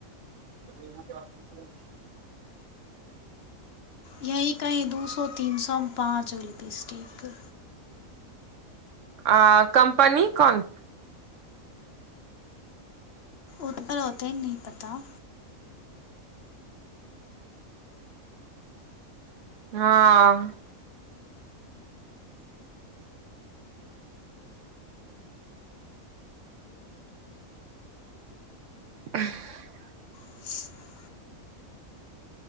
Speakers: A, on the right; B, on the left.
A: <unintelligible>
B: यहीं कहीँ दू सौ, तीन सौ म पाँच गो लिपस्टिक।
A: आ कम्पनी कोन?
B: उत् पर होतय नहि पता।
A: हँ- <unintelligible>
B: <inaudible>